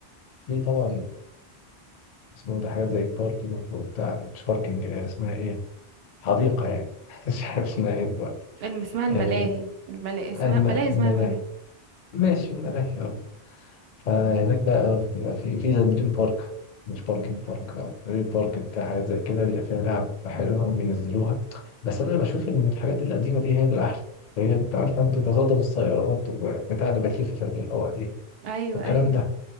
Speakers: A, on the left; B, on the right.
A: في طبعا اسمه ده حاجه زي باركينج بتاع مش باركينج اسمها ايه حديقه يعني <laughs> مش عارف اسمها ايه دلوقتي
B: اسمها الملاهي
A: آه
B: الملاهي اسمها
A: الم-
B: ملاهي
A: الملاهي
B: اسمها ملاهي
A: ماشي الملاهي فهناك بقى اه بيبقى في في زي دريم بارك مش باركينج
B: مم.
A: بارك اه دريم بارك بتاع حاجة زي كده بيبقى فيها لعب حلوة وبينزلوها بس أنا بشوف إن الحاجات القديمة دي هي الأحلى هي أنت عارفة أنت تتصدم السيارات وبتاع اللي بتلف في الهواء دي
B: ايوه
A: والكلام
B: ايوه
A: ده